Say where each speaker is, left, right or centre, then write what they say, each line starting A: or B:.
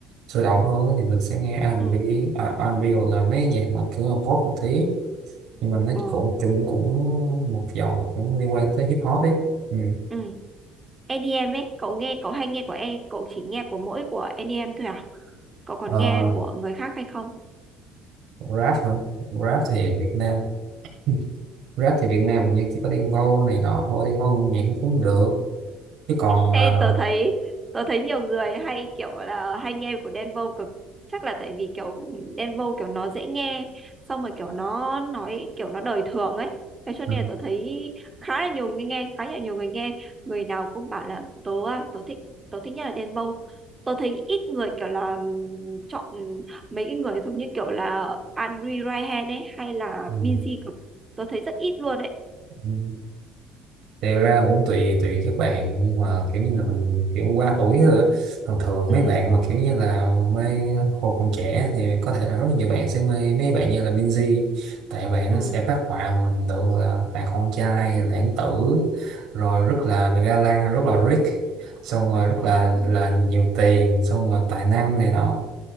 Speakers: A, on the right; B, on the right.
A: sôi động hơn á, thì mình sẽ nghe R&B
B: ừ
A: à, R&B hoặc là mấy nhạc mà kiểu là pop một tí nhưng mà nó
B: ồ
A: cũng chung cũng một dòng cũng liên quan tới hip hop đấy ừ.
B: ừ EDM ấy cậu nghe cậu hay nghe của e cậu chỉ nghe của mỗi của EDM thôi à cậu còn
A: Ờ,
B: nghe của người khác hay không
A: rap hả rap thì ở Việt Nam <laughs> rap thì Việt Nam hình như chỉ có Đen Vâu này nọ thôi Đen Vâu nhạc cũng cũng được chứ còn
B: Ê,
A: ờ,
B: tớ thấy tớ thấy nhiều người hay kiểu là hay nghe của Đen Vâu cực chắc là tại vì kiểu Đen Vâu kiểu nó dễ nghe xong rồi kiểu nó nói kiểu nó đời thường ấy thế cho
A: ừ,
B: nên là tớ thấy khá là nhiều người nghe khá là nhiều người nghe người nào cũng bảo là tớ à, tớ thích tớ thích nhất là Đen Vâu tớ thấy ít người kiểu là ừm, chọn mấy cái người giống như kiểu là Andre Ryan ấy hay là
A: ừ,
B: Binz cực tớ thấy rất ít luôn ấy
A: ừ. thì ra cũng tùy tùy các bạn nhưng mà kiểu như là mình kiểu qua tuổi rồi á. thường thường
B: ừ
A: mấy bạn mà kiểu như là mê hồi còn trẻ thì có thể là rất nhiều bạn sẽ mê mấy bạn như là Binz tại bạn
B: ừ
A: nó sẽ phát họa mà hình tượng là đàn con trai lãng tử rồi rất là ga lăng rất là rich xong rồi rất
B: ồ
A: là là nhiều tiền xong rồi tài năng này nọ